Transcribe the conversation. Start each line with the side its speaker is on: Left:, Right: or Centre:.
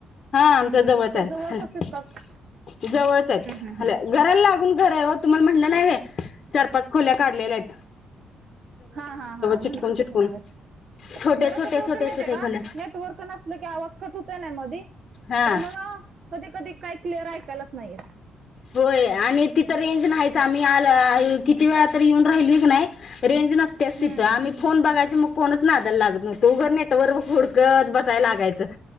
Left: हा आमच्या जवळच
Right: त्या
Left: आहेत हे
Right: असतेत का हम्म
Left: जवळच आहेत
Right: हम्म
Left: हल्या
Right: हम्म
Left: घराला लागून घर आहे ओ तुम्हाला म्हटलं नाय व्हय चार-पाच खोल्या काढलेल्या हायत.
Right: हा हा हा
Left: चिटकून
Right: म्हणलंस.
Left: चिटकून
Right: <unintelligible>
Left: छोटे
Right: जरा
Left: छोटे
Right: कसं होते
Left: छोटे
Right: माहतीय
Left: छोटे
Right: का
Left: खोल्या
Right: नेट वर्क नसले की आवाज कट होतोय ना मधी
Left: हा
Right: त्यामुळं कधी-कधी काय क्लिअर ऐकायलाच नाय येत.
Left: होय आणि तिथं रेंज नाहीच आम्ही आला किती वेळा तर येऊन राहिलोय क नाय रेंज नसत्याच
Right: हम्म.
Left: तिथं आम्ही फोन बघायं मग कोणच नादयला लागत नाय तू उग नेटवर हूडकत बसायला लागायचं.